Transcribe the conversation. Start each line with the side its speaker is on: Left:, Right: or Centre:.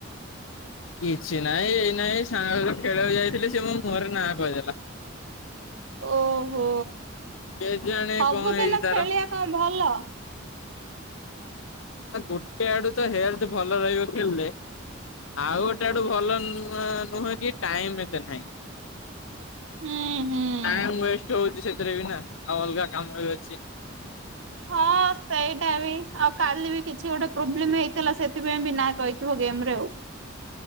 Left: କିଛି ନାଇଁ ଏଇ ନାଇଁ ସାଙ୍ଗ ଖେଳଆକୁ ଯାଇଥିଲି ସେ ମୋ ମୁହଁ ରେ ନା କହିଦେଲା।
Right: ଓହୋ
Left: କେଜାଣି
Right: ସବୁଦିନ
Left: କଣ ହେଇଛି ତାର
Right: ଖେଳିଆ କଣ ଭଲ।
Left: ନା ଗୋଟେ ଆଡୁ ତ ହେଲଥ୍ ଭଲ ରହିବ ଖେଳିଲେ। ଆଉ ଗୋଟେ ଆଡୁ ଭଲ ନୁ ନୁହେଁ କି ଟାଇମ୍ ଏତେ ନାହିଁ।
Right: ହୁଁ ହୁଁ
Left: ଟାଇମ୍ ୱେଷ୍ଟ ହଉଚି ସେଥିରେ ବି ନା ଆଉ ଅଲଗା କାମ ବି ଅଛି।
Right: ହଁ। ସେଇଟା ବି ଆଉ କାଲି ବି କିଛି ଗୋଟେ ପ୍ରୋବ୍ଲେମ ହେଇଥିଲା ସେଥିପାଇଁ ବି ନାଁ କହିଥିବ ଗେମରେ ଆଉ।